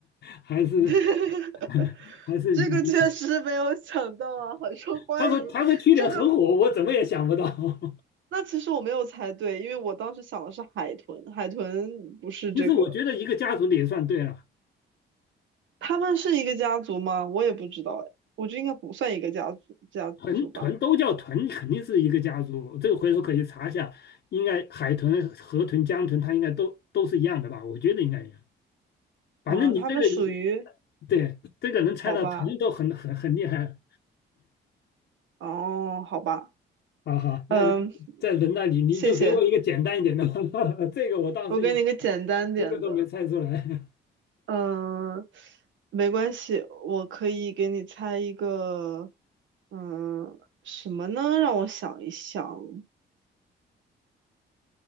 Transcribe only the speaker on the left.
还是
<laughs> 还是你，
他说他说去年很火，
我怎么也想不到。<laughs>
其实我觉得一个家族的也算对了，
豚豚都叫豚，肯定是一个家族。这个回头可以查一下，应该海豚、河豚、江豚，它应该都都是一样的吧？我觉得应该一样。反正你这个
对这个能猜到豚都很很很厉害了
好好，那你在人那里你就给我一个简单一点的，
<laughs> 这个我当时
一个都没猜出来